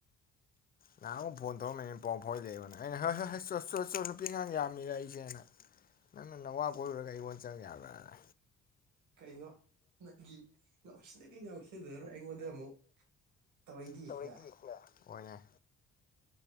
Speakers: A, on the left; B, on the right.
A: ꯅꯕꯍꯥꯟꯃꯨꯛ ꯐꯣꯟ ꯇꯧꯔꯛꯑꯝꯃꯦ ꯑꯩꯅ ꯄꯥꯎ ꯐꯥꯎꯅꯗꯦ ꯑꯩꯉꯣꯟꯗ ꯑꯩꯅ ꯍꯣꯏ ꯍꯥꯏ ꯆꯣ ꯆꯣ ꯆꯣ ꯅꯨꯄꯤꯉꯥꯡ ꯌꯕ ꯃꯤꯔ ꯑꯩꯖꯦꯅ ꯅꯪꯅ ꯅꯋꯥ ꯀꯣꯏꯔꯨꯔꯒ ꯑꯩꯉꯣꯟ ꯆꯪꯉꯛ ꯌꯥꯕ꯭ꯔꯥꯅ
B: ꯀꯩꯅꯣ ꯅꯪꯒꯤ ꯉꯎꯁꯤꯟꯅꯒꯩ ꯉꯥꯎꯁꯤꯟꯅꯔ ꯑꯩꯉꯣꯟꯗ ꯑꯃꯨꯛ ꯇꯧꯔꯛꯏꯗꯤ
A: ꯇꯧꯔꯗꯤꯅ
B: ꯅ
A: ꯍꯣꯏꯅꯦ